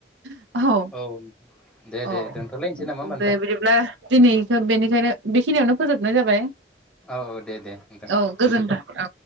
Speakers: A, on the right (about 85°); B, in the centre.
A: ओहौ
B: औ दे दे
A: औ
B: दोनथ'लायनोसै नामा होमबा नोंथां
A: दे बिदिब्ला दिनैखौ बेनिखायनो बेखिनियावनो फोजोब नाय जाबाय
B: औ औ दे दे नोंथां
A: औ
B: गोजोन्थों
A: औ